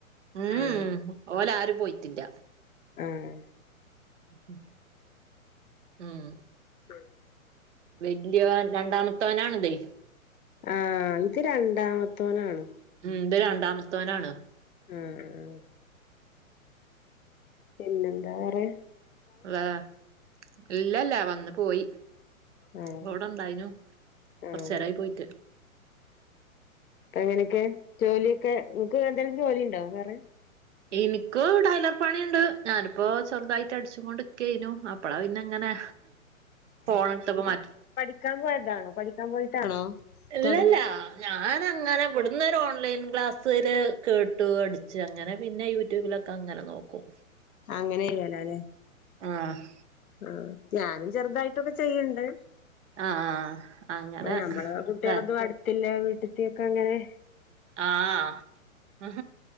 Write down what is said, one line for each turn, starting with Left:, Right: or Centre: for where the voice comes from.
Right: ഉം
Left: ആഹ്
Right: ഉം ഓലാരും പോയിറ്റില്ല
Left: ആഹ്
Right: ഉം ഉം
Left: ഉം
Right: വെല്ല്യോ രണ്ടാമത്തോനാണ്തേ
Left: ആഹ് ഇത് രണ്ടാമത്തോനാണ്
Right: ഉം ത് രണ്ടാമത്തോനാണ്
Left: ഉം ഉം പിന്നെന്താ വെറെ
Right: വേർ ഇല്ലല്ലാ വന്ന് പോയി
Left: ആഹ്
Right: പ്പ വടെണ്ടായ്നു
Left: ആഹ്
Right: കൊർച്ചേരായി പോയിട്ട്
Left: അങ്ങെനെക്കെ ജോലിയൊക്കെ ങ്ങ്ക്ക് എന്തേലും ജോലിണ്ടാേ വേറെ
Right: ഇനിക്ക് ടൈലർ പണിണ്ട് ഞാനിപ്പോ സ്വന്തായിട്ട് അടിച്ച്ങ്ങൊണ്ട്ക്കേനു അപ്പള പിന്നെങ്ങെനെ ഫോണ്‌ട്ത്തപ്പ മാറ്റ്
Left: ക്കാം പോയതാണോ പഠിക്കാം പോയിട്ടാണോ
Right: ഇല്ലല്ല
Left: തുടങ്ങി
Right: ഞാനങ്ങനെ ബ്ട് അന്നേരം ഓൺലൈൻ ക്ലാസില് കേട്ട് അടിച്ച് അങ്ങെനെ പിന്നെ യൂട്യൂബിലൊക്കങ്ങനെ നോക്കും
Left: ആഹ് അങ്ങനെക്കലാലേ
Right: ആഹ്
Left: ആഹ് ഞാനും ചെർതായിട്ടൊക്കെ ചെയ്യ്ണ്ട്
Right: ആഹ് അങ്ങനെ
Left: പ്പം ഞമ്മളെ കുട്ട്യേള്തും
Right: ഇത
Left: അട്ത്തില്ലേ വീട്ടിത്ത്യേക്ക അങ്ങെനെ
Right: ആഹ്